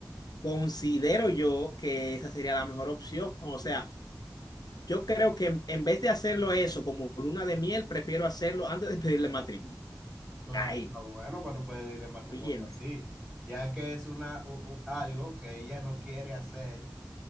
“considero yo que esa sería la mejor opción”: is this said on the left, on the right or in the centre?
Left